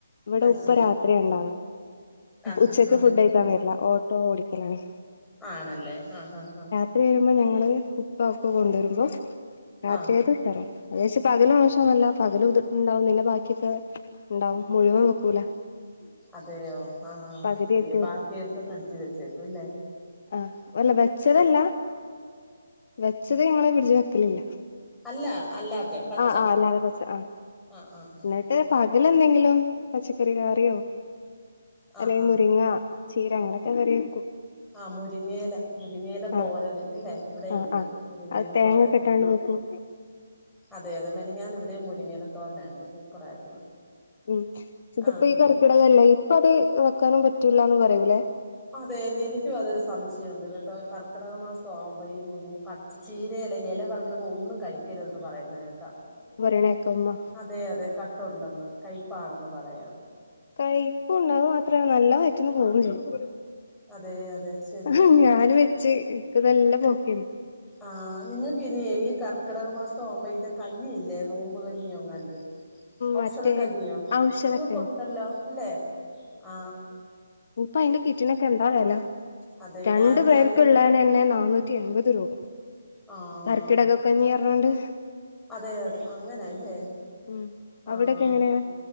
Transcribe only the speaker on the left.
ഇവടെ
ഉപ്പ
രാത്രിയാ ഇണ്ടാവ.
ഉച്ചക്ക്
ഫുഡ് കഴിക്കാൻ വര്ല്ല. ഓട്ടോ ഓടിക്കലാണ്
ത്രി വരുമ്പം ഞങ്ങള് ഉപ്പ അതൊക്ക കൊണ്ടെരുമ്പോ രാത്രിയെത്തെ
ഉശാറാവും. അത് ചാര്ച്ച് പകല് മോശംന്നല്ല. പകല് ഇത് ഇണ്ടാവുംന്നെ ബാക്കിയൊക്കെ ഇണ്ടാവും. മുഴുവൻ വിക്കൂല
പകുതിയൊക്കെ
വെക്കും
ആഹ് അല്ല വെച്ചതല്ല വെച്ചത് ഞങ്ങളെ ഫിട്ച്ച് വെക്കലില്ല
ആഹ് ആഹ് അല്ലാതെ വച്ച് ആ
ഇന്നട്ട്. അ പകല് അല്ലെങ്കിലും പച്ചക്കറി ക്യാെ അല്ലെങ്കിൽ
മുരിങ്ങ. ചീര അങ്ങനൊക്കെ കറി വെക്കും.
ആ
ആ ആ
അത് തേങ്ങ ഒക്കെ ഇട്ടാണ്ട് വെക്കും
ഉം ഇതിപ്പ
ഈ കർക്കിടകല്ലെ. ഇപ്പ അത് വെക്കാനും പറ്റൂല്ലാന്ന് പറയൂലേ
കനേക്കമ്മ <unintelligible>
കൈപ്പും ഉണ്ട്. അത് മാത്രല്ല നല്ലെ വൈറ്റ്ന്ന് പോവുകയും ചെയ്യും.
ആ ഞാന് വെച്ച്. ഇനക്ക്തെല്ലാം പോക്കു <unintelligible>
മറ്റേ
ഔഷധക്കഞ്ഞി
ഇപ്പ അയിന്റെ കിറ്റിനൊക്കെ എന്താ വെല.
രണ്ടു
പേർക്ക്ള്ളാ
തന്നെ നന്നൂറ്റി എൺപത് രൂപ
കർക്കിടക കഞ്ഞി അറ്ഞ്ഞാണ്ട്.
ഉം അവിടൊക്കെ
എങ്ങനെയാ